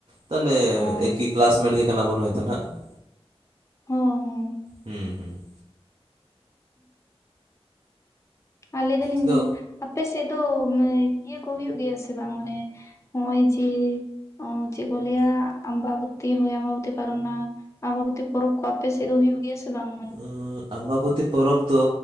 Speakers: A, on the right; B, on the left.
A: ᱛᱟᱦᱚᱞᱮ
B: ᱚ
A: ᱮᱠᱤᱼᱼ ᱠᱮᱞᱟᱥ ᱢᱮᱴ ᱜᱮ ᱠᱟᱱᱟ ᱵᱚᱱ ᱦᱳᱭᱛᱚ ᱱᱟᱦᱟᱸᱜ,
B: ᱦᱚᱸ ᱦᱚᱸ
A: ᱦᱩᱸ ᱦᱩᱸ ᱾
B: ᱟᱨ ᱞᱟᱹᱭ ᱫᱟᱞᱤᱧ
A: ᱟᱫᱚ
B: ᱟᱯᱮ ᱥᱮᱜ ᱫᱚ ᱢᱮ ᱤᱭᱟᱹ ᱠᱚ ᱦᱩᱭᱩᱜ ᱜᱮᱭᱟ ᱥᱮ ᱵᱟᱝ ᱢᱟᱱᱮᱼᱼ ᱚᱸᱭ ᱡᱮ ᱚᱸ ᱪᱮᱜ ᱠᱚ ᱞᱟᱹᱭᱟ ᱟᱢᱵᱟᱵᱚᱛᱛᱤ ᱦᱚᱭ ᱟᱢᱵᱟᱵᱚᱛᱤ ᱠᱚ ᱟᱨ ᱚᱱᱟᱼᱼ ᱟᱢᱵᱟᱵᱚᱛᱤ‌ ᱯᱚᱨᱚᱵᱽ ᱠᱚ ᱟᱯᱮ ᱥᱮᱜ ᱫᱚ ᱦᱩᱭᱩᱜ ᱜᱮᱭᱟ ᱥᱮ ᱵᱟᱝ?
A: ᱩᱸᱜ ᱟᱢᱵᱟᱵᱚᱛᱤ ᱯᱚᱨᱚᱵᱽ ᱫᱚ